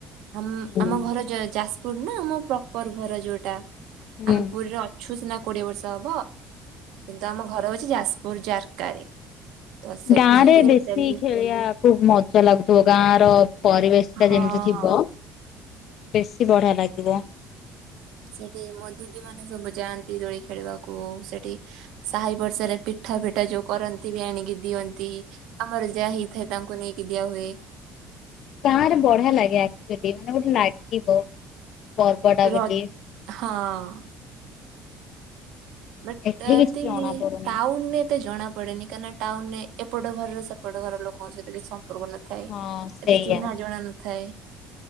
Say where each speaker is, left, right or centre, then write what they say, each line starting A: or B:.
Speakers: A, on the right; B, on the left.
A: ଆମ୍
B: ହୁଁ
A: ଆମ ଘର ଜୟ ଯାସ୍ ପୁର ନା ଆମ ପ୍ରପର ଘର ଯୋଉଟା,
B: ହୁଁ।
A: ଆମେ ପୁରୀରେ ଅଛୁ ସିନା କୋଡିଏ ବର୍ଷ ହବ। କିନ୍ତୁ ଆମ ଘର ହଉଛି ଯାସ୍ପୁର ଜାରକାରେ। ତ ସେଠି
B: ଗାଁରେ
A: ହୁଏ
B: ବେଶୀ
A: ସେଲି
B: ଖେଳିବା ଖୁବ୍ ମଜା ଲାଗୁଥୁବ ଗାଁର ପରିବେଶଟା
A: ହଁ।
B: ଯେମିତି ଥିବ, ବେଶୀ ବଢିଆ ଲାଗିବ।
A: ସେଠି ମୋ ଦିଦି ମାନେ ସବୁ ଯାଆନ୍ତି ଦୋଳି ଖେଳିବାକୁ ସେଠି। ସାହି ପଡ଼ିସାରେ ପିଠା ଫିଠା ଯୋଉ କରନ୍ତି ବି ଆଣିକି ଦିଅନ୍ତି। ଆମର ଯାହା ହେଇଥାଏ ତାଙ୍କୁ ନେଇକି ଦିଆ ହୁଏ।
B: ଗାଁରେ ବଢିଆ ଲାଗେ ଆକ୍ଚ୍ୟୁଲି ମାନେ ଗୋଟେ ଲାଗିବ ପର୍ବଟା
A: ର
B: ବୋଲି।
A: ହଁ ବଟ୍
B: ଏଠି
A: ଏନ୍ତି
B: କିଛି ଜଣା ପଡୁନି
A: ଟାଉନନେ ଏତେ ଜଣାପଡ଼େନି। କାହିଁନା ଟାଉନରେ ଏପଟ ଘରର ସେପଟ ଘର ଲୋକଙ୍କ ସହିତ କିଛି ସମ୍ପର୍କ ନ ଥାଏ,
B: ହଁ ସେଇଆ
A: ଏତେ ଚିହ୍ନା ଜଣା ନଥାଏ।